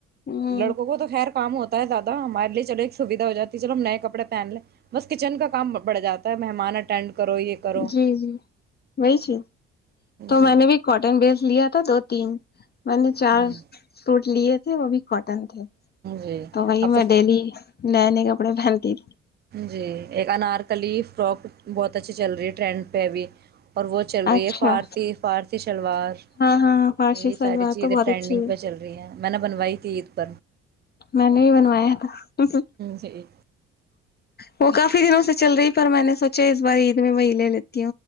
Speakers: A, on the left; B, on the right.
A: ہوں
B: لڑکوں کو تو خیر کام ہوتا ہے زیادہ ہمارے لیے چلو ایک سویدھا ہو جاتی ہے چلو ہم نئے کپڑے پہن لیں بس کچن کا کام بڑھ جاتا ہے مہمان اٹینڈ کرو یہ کرو
A: جی جی وہی چیز تو
B: جی
A: میں نے بھی کاٹن بیس لیا تھا دو تین میں نے چار
B: ہ
A: سوٹ لیے وہ بھی کاٹن تھے
B: جی
A: تو وہی
B: اب
A: میں ڈیلی نئے نئے کپڑے پہنتی تھی
B: جی ایک انارکلی فرک بہت اچھی چل رہی ٹرینڈ پہ بھی اور وہ چل رہی
A: اچھا
B: ہے فارسی فارسی شلوار
A: ہاں ہاں فارشی
B: یہ
A: سلوار
B: ساری چیز
A: تو بہت
B: ٹرینڈنگ
A: اچھی ہے
B: پہ چل رہی ہے میں نے بنوائی تھی عید <inaudible>
A: میں نے بھی بنوایا تھا
B: جی
A: وہ کافی دنوں سے چل رہی پر میں نے سوچا اس بار عید میں وہ لے لیتے